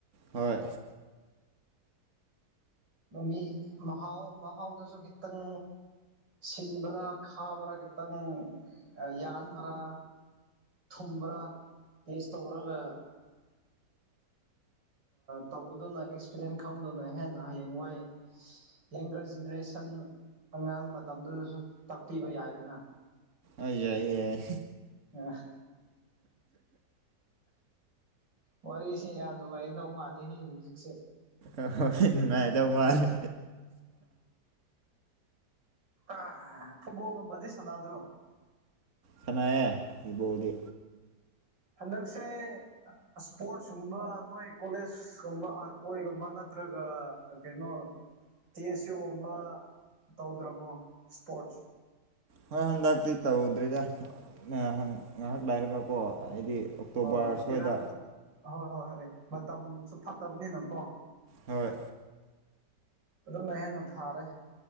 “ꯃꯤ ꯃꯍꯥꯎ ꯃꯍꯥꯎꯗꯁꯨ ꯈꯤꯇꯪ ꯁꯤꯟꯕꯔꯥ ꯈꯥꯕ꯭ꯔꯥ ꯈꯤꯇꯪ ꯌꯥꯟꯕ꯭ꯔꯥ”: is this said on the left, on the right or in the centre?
Right